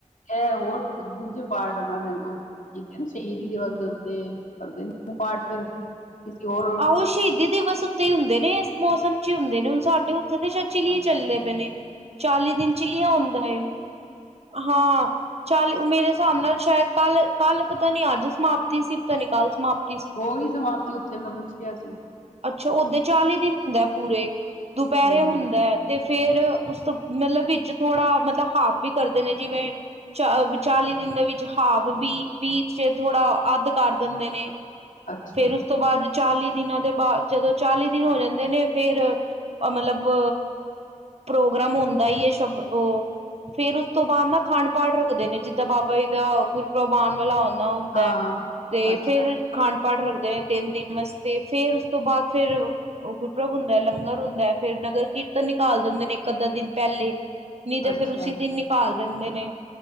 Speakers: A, on the left; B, on the right.
A: ਐ ਹੋਰ ਦੂਜੇ ਪਾਠ ਐਨਾਂ ਨੇ ਓਦ ਕੀਤੇਨ ਸ਼ਹੀਦੀ ਦਿਵਸ ਦੇ ਉੱਤੇ ਕਰਦੇ ਨੇ ਪਾਠ ਫਿਰ। ਕਿਸੇ ਹੋਰ
B: ਆਹੋ ਸ਼ਹੀਦੀ ਦਿਵਸ ਉੱਤੇ ਈ ਹੁੰਦੇ ਨੇ, ਇਸ ਮੌਸਮ ਚ ਈ ਹੁੰਦੇ ਨੇ, ਹੁਨ ਸਾਡੇ ਉਥੇ ਤੇ ਸ਼ਐਦ ਚਿੱਲੀਏ
A: ਅੱਛਾ
B: ਚੱਲੇ ਪੇ ਨੇ, ਚਾਲੀ ਦਿਨ ਚਿੱਲੀਆ ਹੁੰਦਾ ਏ, ਹਾਂ। ਚਾੱਲ ਮੇਰੇ ਹਿਸਾਬ ਨਾਲ ਸ਼ਾਏਦ ਕਾੱਲ-ਕਾੱਲ ਪਤਾ ਨੀ ਆੱਜ ਸਮਾਪਤੀ ਸੀ ਪਤਾ ਨੀ ਕਾੱਲ ਸਮਾਪਤ
A: ਹੋਗੀ ਸਮਾਪਤੀ ਉਥੇ, ਮੈਂ ਪੁੱਛ ਲੇਆ ਸੀ।
B: ਅੱਛਾ ਓਦੇ ਚਾਲੀ ਦਿਨ ਹੁੰਦੈ ਪੂਰੇ, ਦੁਪੈਰੇ
A: ਹੂੰ
B: ਹੁੰਦੈ, ਤੇ ਫੇ ਫੇਰ ਉਸ ਤੋਂ ਮਲਬ ਵਿੱਚ ਥੋੜਾ ਮਤਲਅ ਹਾਫ ਵੀ ਕਰਦੇ ਨੇ ਜਿਵੇਂ ਚ ਚਾਲੀ ਦਿਨ ਦੇ ਵਿੱਚ ਹਾਫ ਵੀ, ਵੀਚੇ ਥੋੜਾ ਆੱਧ ਕਾਰ ਦੇਂਦੇ ਨੇ।
A: ਅੱਛਾ
B: ਫੇਰ ਉਸ ਤੋਂ ਬਾਦ ਚਾਲੀ ਦਿਨਾਂ ਦੇ ਬਾਦ ਜਦੋਂ ਚਾਲੀ ਦਿਨ ਹੋ ਜਾਂਦੇ ਨੇ ਫੇਰ, ਮਲਬ ਪ੍ਰੋਗਰਾਮ ਹੁੰਦਾ ਈ ਏ ਸ਼ਬ ਓ ਫੇਰ ਉਸ ਤੋਂ ਬਾਦ ਨਾ ਖਾੰਡ ਪਾਠ ਰੱਖਦੇ ਨੇ, ਜਿੱਦਾਂ ਬਾਬਾ ਈ ਦਾ ਗੁਰਪ੍ਰਬ ਆਨ ਵਾਲਾ ਹੋਨ ਤਾ ਹੁੰਦੈ,
A: ਹਾਂ,
B: ਤੇ
A: ਅੱਛਾ,
B: ਫੇਰ ਖਾੰਡ ਪਾਠ ਰੱਖਦੇ ਨੇ ਤਿੰਨ ਦਿਨ ਮਸਤੇ ਫੇਰ ਉਸ ਤੋਂ ਬਾਦ ਫੇਰ ਓ ਗੁਰਪ੍ਰਬ ਹੁੰਦੈ, ਲੰਗਰ ਹੁੰਦੈ ਫੇਰ ਨਗਰ ਕੀਰਤਨ ਨਿਕਾਲ ਦੇਂਦੇ ਨੇ ਇੱਕ-ਅੱਧਾ ਦਿਨ ਪ੍ਹੈਲੇ ਨੀ ਤੇ
A: ਅੱਛਾ,
B: ਫਿਰ ਉਸੀ ਦਿਨ ਨਿਕਾਲ ਦੇਂਦੇ ਨੇ।